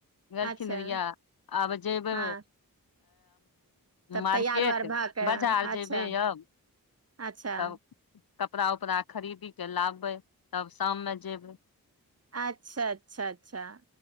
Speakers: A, on the left (about 70°); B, on the right (about 40°).
A: गेलखिनरिया
B: अच्छा
A: आब जयबै
B: हँ तब
A: मार्केट
B: तैयार उआर भऽ के
A: बाजार
B: अच्छा
A: जयबै अब
B: अच्छा
A: तब कपड़ा उपड़ा खरीदी क लाबबै तब शाममे जेबै
B: अच्छा अच्छा अच्छा